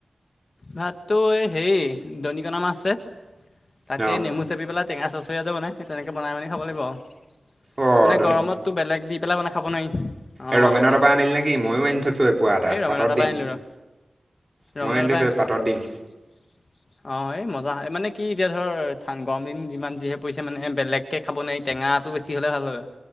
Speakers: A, on the left; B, on the right.
A: ভাতটো এই হেৰি দনিকনা মাছ আছে তাকে
B: অ',
A: নেমু চেপি পেলাই টেঙা চচ সেই তেনেকৈ বনাই মেলি খাব লাগিব আৰু
B: অ',
A: মানে গৰমততো বেলেগ দি পেলাই মানে খাব নোৱাৰি। অঁ
B: এ ৰমেনৰ তাৰপা আনিলি নেকি, ময়ো আনি থৈছো এপুৱা এটা
A: এই ৰমেনৰ
B: পাতত
A: তাৰপৰা
B: দিম।
A: আনিলোঁ ৰ ৰমেনৰ
B: ময়ো আনি থৈছোঁ
A: তাৰপৰাই আনিছো,
B: পাতত দিম।
A: অ', এ মজা মান মানে কি এতিয়া ধৰ গৰম দিন যিমান যিহে পৰিছে মানে বেলেগকে খাব নোৱাৰি টেঙাটো বেছি হ'লে ভাল হয়।